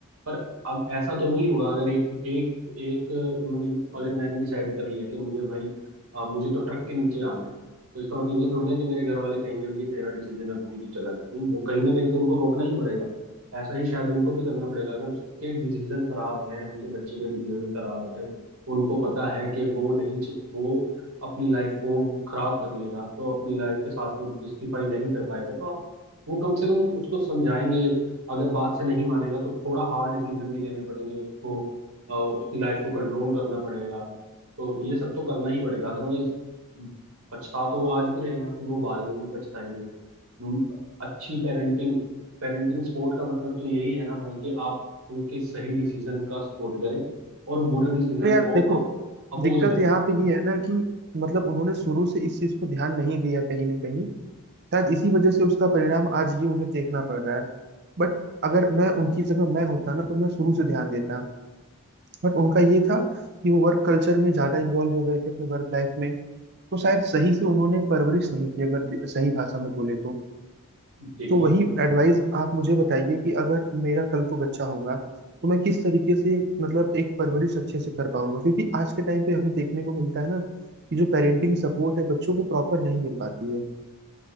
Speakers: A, on the right; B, on the right.
A: पर अब ऐसा तो नहीं होगा अगर एक एक एक मतलब अगर मैंने डिसाइड कर लिया कि मुझे भाई अ, मुझे तो ट्रक के नीचे आना है तो इसका मतलब ये थोड़ी ना कि मेरे घर वाले कहेंगे ये तेरा डिसीजन है भाई तू चला जा नहीं वो कहीं ना कहीं तो उनको रोकना ही पड़ेगा ऐसा ही शायद उनको भी करना पड़ेगा अगर उसके डिसीजन खराब हैं उनके बच्चे के डिसीजन खराब हैं उनको पता है कि वो नहीं च- वो अपनी लाइफ को खराब कर लेगा तो अपनी लाइफ के साथ वो जस्टिफाई नहीं कर पाएगा तो वो कम से कम उसको समझाएंगे अगर बात से नहीं मानेगा तो थोड़ा हार्ड डिसीजन भी लेने पड़ेंगे उसको अ, उसकी लाइफ को कंट्रोल करना पड़ेगा तो ये सब तो करना ही पड़ेगा अदरवाइज पछता तो वो आज भी रहे हैं फिर वो बाद में भी पछताएंगे हम्म, अच्छी पेरेंटिंग पेरेंटिंग सपोर्ट का मतलब तो यही है ना भाई कि आप उनके सही डिसीजन का सपोर्ट करें और बुरे डिसीजन
B: और यार
A: को
B: देखो
A: आप अपोज
B: दिक्कत
A: करें
B: यहाँ पे ये है ना कि मतलब उन्होंने शुरू से इस चीज को ध्यान नहीं दिया कहीं ना कहीं शायद इसी वजह से उसका परिणाम आज ये उन्हें देखना पड़ रहा है बट अगर मैं उनकी जगह मैं होता ना तो मैं शुरू से ध्यान देता बट उनका ये था कि वो वर्क कल्चर में ज्यादा इन्वॉल्व हो गए थे अपने वर्क लाइफ में तो शायद सही से उन्होंने परवरिश नहीं की अगर सही भाषा में बोले तो
A: देखिए
B: तो वही एडवाइस आप मुझे बताइए कि अगर मेरा कल को बच्चा होगा तो मैं किस तरीके से मतलब एक परवरिश अच्छे से कर पाऊंगा क्योंकि आज के टाइम पे हमें देखने को मिलता है ना कि जो पेरेंटिंग सपोर्ट है बच्चों को प्रॉपर नहीं मिल पाती है